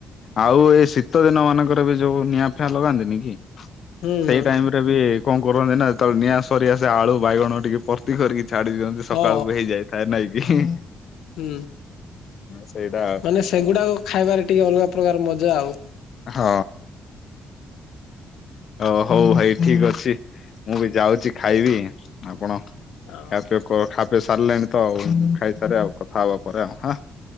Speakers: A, on the left (about 55°); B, on the left (about 85°).
A: ଆଉ ଏଇ ଶୀତ ଦିନ ମାନଙ୍କରେ ବି ଯୋଉ ନିଆଁ ଫିଆଁ ଲଗାନ୍ତିନି କି।
B: ହୁଁ
A: ସେଇ ଟାଇମ ରେ ବି କଣ କରନ୍ତି ନା ଯେତେବେଳେ ନିଆଁ ସରିଆ ସେ ଆଳୁ ବାଇଗଣ ଟିକେ ପ ତି କରିକି ଛାଡି ଦିଛନ୍ତି ସକାଳୁ
B: ହଁ
A: ହେଇ ଯାଇଥାଏ ନାଇଁ କି।
B: ହୁଁ
A: ସେଇଟା
B: ମାନେ ସେଗୁଡାକ ଖାଇବାରେ ଟିକେ ଅଲଗା ପ୍ରକାର ମଜା ଆଉ।
A: ହଁ ଓ ହଉ ଭାଇ। ଠିକ ଅଛି ମୁଁ ବି ଯାଉଛି ଖାଇବି ଆପଣ ଖା
B: ହଁ
A: ପି ଖାପେ ସାରିଲେଣିି ତ ଆଉ ଖାଇସାରେବଆଉ କଥା ହବା ପରେ ଆଉ। ହଁ।